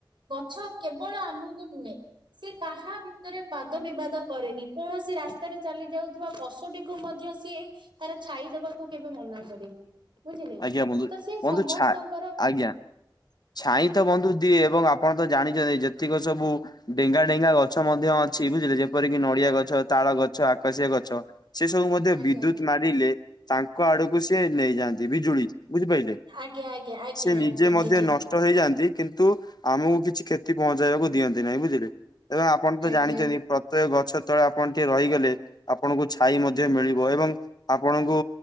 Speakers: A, on the right; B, on the left.
A: ଗଛ କେବଳ ଆମକୁ ନୁହେଁ। ସି କାହା ଭିତରେ ବାଦ ବିବାଦ କରେନି କୌଣସି ରାସ୍ତାରେ ଚାଲି ଯାଉଥିବା ପଶୁଟି ଟିକୁ ମଧ୍ୟ ସିଏ ତାର ଛାଇଦବାକୁ କେବେ ମନା କରିନି। ବୁଝିଲେ,
B: ଆଜ୍ଞା ବନ୍ଧୁ
A: ତ ସିଏ
B: ବନ୍ଧୁ
A: ସମସ୍ତଙ୍କ୍
B: ଛା ଆଜ୍ଞା। ଛାଇଁ ତ ବନ୍ଧୁ ଦିଏ ଏବଂ ଆପଣ ତ ଜାଣିଚନ୍ତି ଯେତିକ ସବୁ ଡେଙ୍ଗା ଡେଙ୍ଗା ଗଛ ମଧ୍ୟ ଅଛି ବୁଝିଲେ ଯେପରିକି ନଡିଆ ଗଛ, ତାଳ ଗଛ, ଆକାଶିଆ ଗଛ ସିଏ ସବୁ ମଧ୍ୟ
A: ଆଜ୍ଞା
B: ବିଦ୍ୟୁତ୍
A: ଆଜ୍ଞା
B: ମାରିଲେ ତାଙ୍କ ଆଡକୁ ସିଏ ନେଇଯାଆନ୍ତି ବିଜୁଳି ବୁଝିପାଇଲେ? ସେ
A: ଆଜ୍ଞା ଆଜ୍ଞା ଆଜ୍ଞା
B: ନିଜେ
A: ଆଜ୍ଞା
B: ମଧ୍ୟ
A: ବୁଝିଲି
B: ନଷ୍ଟ ହେଇଯାଆନ୍ତି କିନ୍ତୁ ଆମକୁ କିଛି କ୍ଷତି ପହଞ୍ଚାଇଆକୁ ଦିଅନ୍ତି ନାଇଁ ବୁଝିଲେ ଏହା ଆପଣ ତ
A: ଆଜ୍ଞା
B: ଜାଣିଚନ୍ତି। ପ୍ରତ୍ୟେକ ଗଛ ତଳେ ଆପଣ ଟିକେ ରହିଗଲେ ଆପଣଙ୍କୁ ଛାଇ ମଧ୍ୟ ମିଳିବ ଏବଂ ଆପଣଙ୍କୁ